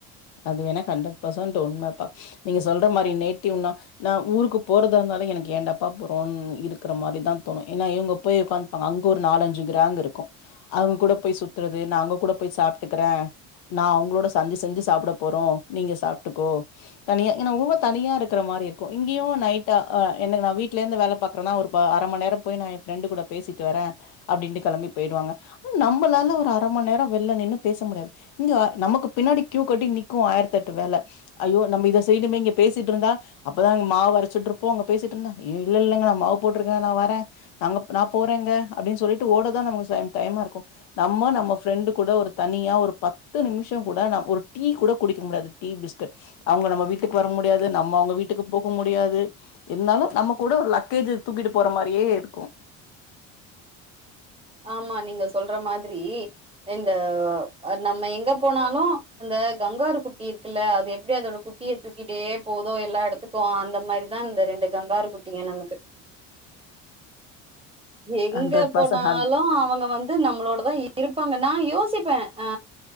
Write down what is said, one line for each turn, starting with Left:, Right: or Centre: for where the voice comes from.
Left: அது வேணா ஹண்ட்ரட் பசன்ட் உண்மைப்பா நீங்க சொல்ற மாரி நேட்யூனா நா ஊருக்கு போறதா இருந்தாலு எனக்கு ஏன்டப்பா போறோனு இருக்கற மாரி தா தோணு இன்னா இவுங்க போய் உக்காந்துப்பாங்க அங்க ஒரு நாலஞ்சு கிராங்க் இருக்கு அவங்க கூட போய் சுத்துறது நா அங்க கூட போய் சாப்ட்டுக்கற நா அவுங்களோட சஞ்சி செஞ்சி சாப்ட போறோ நீங்க சாப்ட்டுகோ தனியா ஏன்னா உள்வ தனியா இருக்கற மாரி இருக்கு இங்கேயு நைட்ட அ எனக் நா வீட்ல இருந்து வேல பாக்றன்னா ஒரு இப்ப அர மண் நேரம் போய் நா என் ப்ரெண்டு கூட பேசிட்டு வர அப்டின்ட்டு கெளம்பி போயிடுவாங்க ம் நம்பளால ஒரு அர மண் நேரம் வெள்ள நின்னு பேச முடியாது இங்க நமக்கு பின்னாடி கியூ கட்டி நிக்கு ஆயிரத்தெட்டு வேல ஐயோ நம்ப இத செய்னுமே இங்க பேசிட்டு இருந்தா அப்பதா இங்க மாவு அரச்சிட்ருப்போ அங்க பேசிட்டு இருந்த இல்ல இல்லங்க நா மாவு போட்ருக்க நா வர நாங்க நா போறேங்க அப்டின் சொல்லிட்டு ஓட தா நமக்கு டைமா இருக்கும் நம்மோ நம்ம ஃப்ரெண்டு் கூட ஒரு தனியா ஒரு பத்து நிமிஷம் கூட நா ஒரு டீ கூட குடிக்க முடியாது டீ பிஸ்கட் அவங்க நம்ம வீட்டுக்கு வர முடியாது நம்ம அவங்க வீட்டுக்கு போக முடியாது இருந்தாலும் நம்ம கூட ஒரு லக்கேஜ்ஜ தூக்கிட்டு போற மாரியே இருக்கும்
Right: ஆமா நீங்க சொல்ற மாதிரி இந்த நம்ம எங்க போனாலும் அந்த கங்காரு குட்டி இருக்குல்ல அது எப்டி அதோட குட் டிய தூக்கிட்டே போதோ எல்லா எடத்துக்கும் அந்த மாரிதா இந்த ரெண்டு கங்காரு குட்டிங்க நமக்கு எங்க
Left: ஹண்ட்ரட்
Right: போது
Left: பர்சன்ட் ஹண்
Right: அவங்க வந்து நம்மளோடதா இருப்பாங்க நா யோசிப்ப ஆ